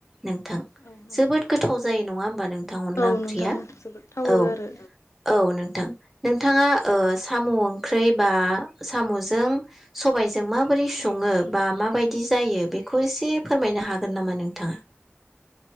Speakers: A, in the centre; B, on the left.
A: नोंथां
B: औ नंगौ
A: जोबोद गोथाव जायो नङा होमबा नोंथां अनला
B: औ
A: ओंख्रिया
B: नोंथां जोबोद थावो
A: औ
B: आरो
A: - औ नोंथां नोंथाङा साम' ओंख्रि बा साम'जों सबायजों माबोरै सङो बा माबायदि जायो बेखौ एसे फो फोरमायनो हागोन नामा नोंथाङा